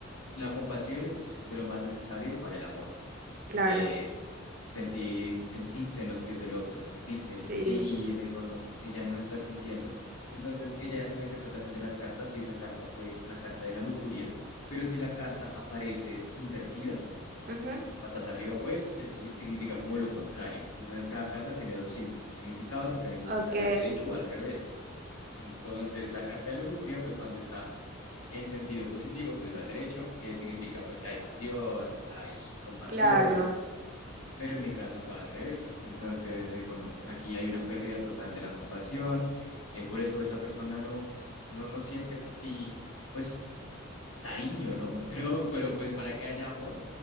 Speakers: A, on the left (about 85°); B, on the right (about 45°).
A: la compasión es de lo más necesario para el amor
B: claro,
A: eh, sentir, sentirse en los pies del otro, sentirse.
B: sí.
A: Y, y me dijo, no, ella no está sintiendo. Entonces ella hace una interpretación de las cartas, si esa carta fue la carta de la lujuria, pero si la carta aparece invertida,
B: Ujú.
A: patas arriba, pues es- si, significa como lo contrario. Entonces cada carta tiene dos sim- significados dependiendo
B: Ok,
A: si sale al derecho o al revés. Entonces, la carta de la lujuria, pues cuando está en sentido positivo, pues al derecho, eh, significa pues que hay pasión, hay compasión,
B: claro.
A: pero en mi caso estaba al revés. <laughs> Entonces me dijo, no, aquí hay una pérdida total de la compasión, eh, por eso esa persona no, no, no siente por ti, pues, cariño, ¿no? <laughs> Pero, pero pues para que haya amor,